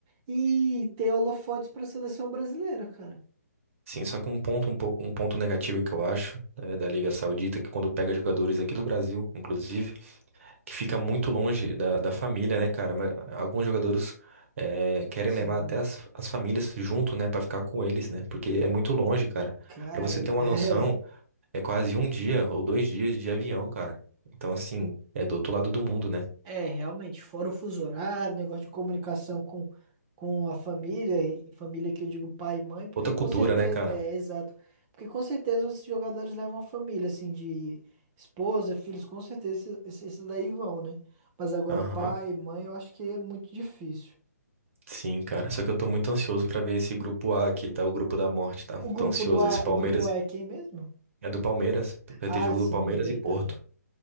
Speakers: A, on the right; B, on the right.
A: e ter holofotes para a seleção brasileira, cara.
B: Sim, só que um ponto, um pouco, um ponto negativo que eu acho, né, da Liga Saudita, é que quando pega jogadores aqui do Brasil, inclusive, que fica muito longe da, da família, né, cara? Mas Alguns jogadores eh, querem
A: Sim,
B: levar até as, as famílias junto, né, Pra ficar com eles, né? Porque é muito longe, cara.
A: cara,
B: Pra você ter uma
A: é,
B: noção,
A: <laughs>
B: é quase um dia ou dois dias de avião, cara. Então, assim, é do outro lado do mundo, né?
A: É, realmente, fora o fuso horário, negócio de comunicação com, com a família, e família que eu digo pai e mãe, porque
B: Outra cultura,
A: com certeza,
B: né, cara?
A: é, exato, porque com certeza os jogadores levam a família, assim, de esposa, filhos, com certeza esses, esses daí vão, né? Mas agora
B: Aham.
A: pai, mãe, eu acho que é muito difícil.
B: Sim, cara. Só que eu tô muito ansioso pra ver esse grupo A aqui, tá? O grupo da morte, tá?
A: O grupo
B: Tô ansioso.
A: do A,
B: Esse Palmeiras
A: o grupo A é quem mesmo?
B: É do Palmeiras. Vai
A: Ah,
B: ter jogo
A: sim,
B: do Palmeiras
A: verdade.
B: e Porto.